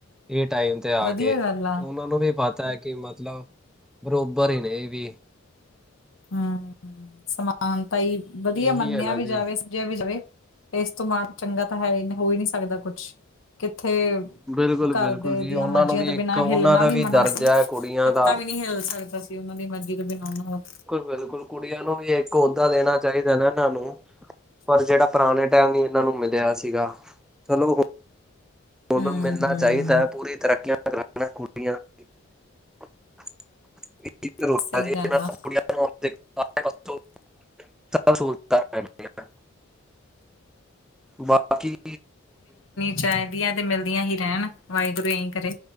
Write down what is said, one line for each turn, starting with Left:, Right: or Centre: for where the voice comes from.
Centre: ਇਹ ਟਾਈਮ ਤੇ ਆ
Left: ਵਧੀਆ
Centre: ਕੇ
Left: ਗੱਲ ਆ
Centre: ਉਹਨਾਂ ਨੂੰ ਵੀ ਪਤਾ ਹੈ ਕਿ ਮਤਲਬ ਬਰੋਬਰ ਹੀ ਨੇ ਇਹ ਵੀ।
Left: ਹੂੰ ਸਮਾਨਤਾਂ ਹੀ ਵਧੀਆ
Centre: ਇਹੀ
Left: ਮੰਨਿਆ
Centre: ਹੈ ਨਾ
Left: ਵੀ
Centre: ਜੀ
Left: ਜਾਵੇ। ਵੀ ਜਾਵੇ। ਇਸਤੋਂ ਮਾਣ ਚੰਗਾ ਤਾਂ ਹੈ ਹੋ ਨਹੀਂ ਸਕਦਾ ਕੁਛ। ਕਿੱਥੇ?
Centre: ਬਿਲਕੁਲ-ਬਿਲਕੁਲ
Left: ਘਰਦੇ
Centre: ਜੀ
Left: ਦੀਆਂ
Centre: ਉਹਨਾਂ
Left: ਮਰਜ਼ੀਆਂ
Centre: ਨੂੰ ਵੀ
Left: ਤੋਂ
Centre: ਇੱਕ
Left: ਬਿਨਾਂ
Centre: ਉਹਨਾਂ
Left: ਹਿੱਲਣਾ
Centre: ਦਾ
Left: ਵੀ ਮਨਾ
Centre: ਦਰਜਾ
Left: ਸੀ
Centre: ਹੈ ਕੁੜੀਆਂ
Left: ਪੱਤਾ
Centre: ਦਾ।
Left: ਵੀ ਨਹੀ ਹਿੱਲ ਸਕਦਾ ਸੀ। ਤੇ ਉਹਨਾਂ ਦੀ ਮਰਜ਼ੀ ਤੋਂ ਬਿਨਾਂ ਉਹਨਾਂ ਨੂੰ
Centre: ਬਿਲਕੁਲ ਕੁੜੀਆਂ ਨੂੰ ਵੀ ਇੱਕ ਉਹਦਾ ਦੇਣਾ ਚਾਹੀਦਾ ਚਾਹੀਦਾ ਨਾ ਇਹਨਾਂ ਨੂੰ ਪਰ ਜਿਹੜਾ ਪੁਰਾਣੇ ਟਾਈਮ ਹੀ ਇਹਨਾਂ ਨੂੰ ਮਿਲਿਆ ਸੀਗਾ। ਚਲੋ, ਹੁਣ
Left: ਹੂੰ
Centre: ਮਿਲਣਾ ਚਾਹੀਦਾ ਏ ਪੂਰੀ ਤਰੱਕੀਆਂ ਕਰਣ‌ ਕੁੜੀਆਂ। ੋ <unintelligible>
Left: ਸਹੀ ਗੱਲ ਆ
Centre: ਸ <unintelligible> ਬਾਕੀ
Left: ਚਾਹੀਦੀਆ ਤੇ ਮਿਲਦੀਆਂ ਹੀ ਰਹਿਣ ਵਾਹਿਗੁਰੂ ਇਹੀ ਕਰੇ